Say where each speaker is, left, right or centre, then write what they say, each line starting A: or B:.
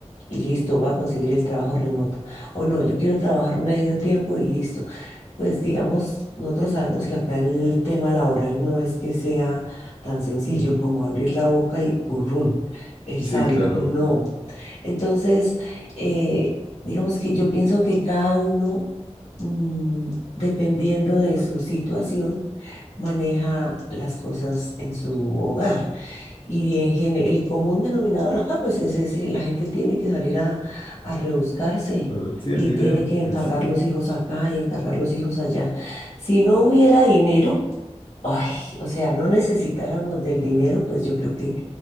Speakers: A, on the left (about 80°); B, on the left (about 45°).
A: y listo, voy a conseguir el trabajo remoto. O no, yo quiero trabajar medio tiempo y listo. Pues digamos, nosotros sabemos que acá el tema laboral no es que sea tan sencillo como abrir la boca y purrún, el
B: sí,
A: sabio,
B: claro.
A: no. Entonces, eh, digamos que yo pienso que cada uno mm, dependiendo de su situación, maneja las cosas en su hogar. Y en gene- el común denominador acá, pues es ese, la gente tiene que salir a, a rebuscarse
B: Claro, Sí, el
A: y
B: dinero,
A: tiene que encargar
B: que es,
A: los hijos acá y encargar los hijos allá. Si no hubiera dinero, ay, o sea, no necesitáramos del dinero, pues yo creo que